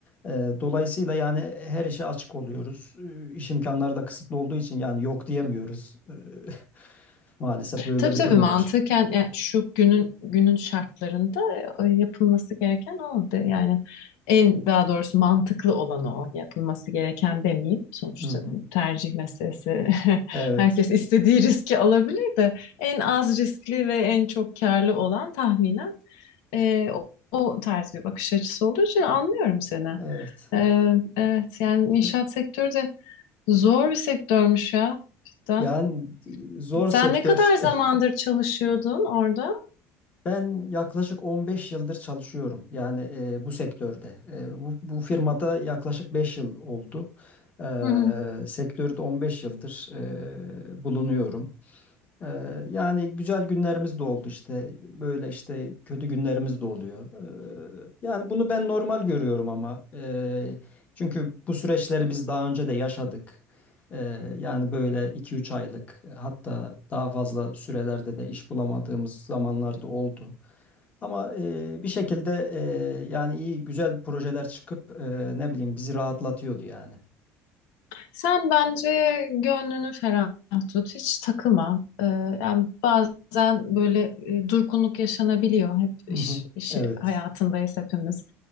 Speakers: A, on the left; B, on the left.
A: E, dolayısıyla yani her işe açık oluyoruz. E, İş imkanları da kısıtlı olduğu için yani yok diyemiyoruz. E, <laughs> maalesef böyle
B: Tabii
A: bir
B: tabii
A: durum
B: mantıken
A: var.
B: yani şu günün günün şartlarında e, yapılması gereken o de- yani en daha doğrusu mantıklı olanı o yapılması gereken demeyeyim sonuçta
A: Hı hı.
B: bu tercih meselesi <laughs>
A: Evet,
B: herkes istediği riski alabilir de en az riskli ve en çok karlı olan tahminen e, o, o tarz bir bakış açısı olduğu için anlıyorum seni.
A: evet.
B: E, evet yani inşaat
A: Ya-
B: sektörü de zor bir sektörmüş ya cidden.
A: Yani e, zor
B: Sen
A: sektör.
B: ne kadar zamandır
A: <laughs>
B: çalışıyordun orada?
A: Ben yaklaşık 15 yıldır çalışıyorum. Yani e, bu sektörde. E, bu, bu firmada yaklaşık 5 yıl oldu. E,
B: Hı hı.
A: sektörde 15 yıldır e, bulunuyorum. Ee, yani güzel günlerimiz de oldu işte. Böyle işte kötü günlerimiz de oluyor. Ee, yani bunu ben normal görüyorum ama ee, çünkü bu süreçleri biz daha önce de yaşadık. Ee, yani böyle iki üç aylık hatta daha fazla sürelerde de iş bulamadığımız zamanlarda oldu. Ama ee, bir şekilde ee, yani iyi güzel projeler çıkıp ee, ne bileyim bizi rahatlatıyordu yani.
B: Sen bence gönlünü ferah tut, hiç takıma. Ee, yani bazen böyle e, durgunluk yaşanabiliyor. Hep iş,
A: Hı hı.
B: iş
A: Evet.
B: hayatındayız hepimiz.